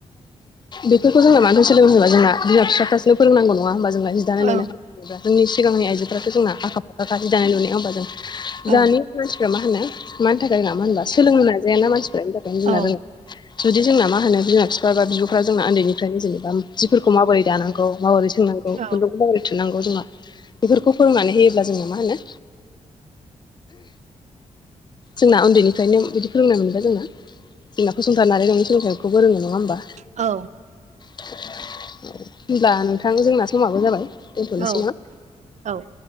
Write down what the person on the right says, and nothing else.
औ
औ
औ
औ
औ
औ
औ